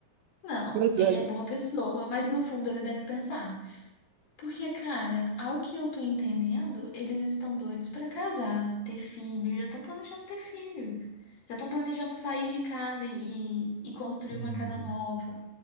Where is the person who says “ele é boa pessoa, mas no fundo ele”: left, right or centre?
Left